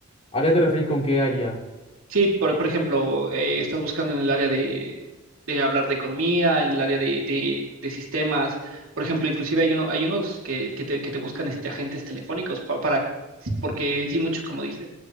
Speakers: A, on the left; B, on the right.
A: a qué te referís con qué área?
B: Sí, por, por ejemplo, eh, estás buscando en el área de, de hablar de economía, en el área de, de- de sistemas. Por ejemplo, inclusive hay uno, hay unos que, que te, que te buscan este, agentes telefónicos pa- para, porque sí, muchos, como dices,